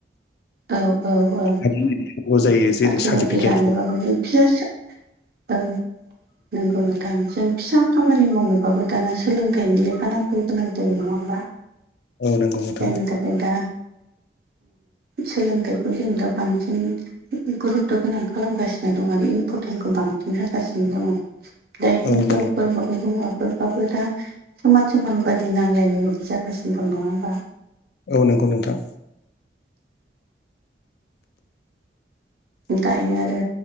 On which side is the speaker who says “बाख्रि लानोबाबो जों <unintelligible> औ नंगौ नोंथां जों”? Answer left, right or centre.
Right